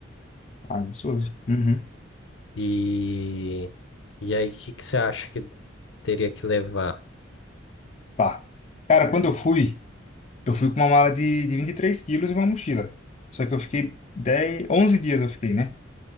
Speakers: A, on the left; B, on the left.
A: Ah, gostoso. Uhum.
B: E, e aí, o que que você acha que teria que levar?
A: Tá. Cara, quando eu fui, eu fui com uma mala de, de 23 quilos e uma mochila. Só que eu fiquei 10, 11 dias eu fiquei, né?